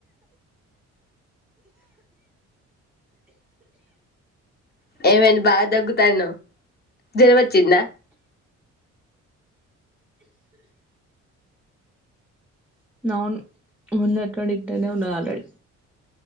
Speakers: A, on the left (about 35°); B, in the centre.
A: ఏమైంది బాగా దగ్గుతానువు జరం వచ్చిందందా
B: అవును మొన్నటినుండి ఇట్టానే ఉన్నది ఆల్రెడీ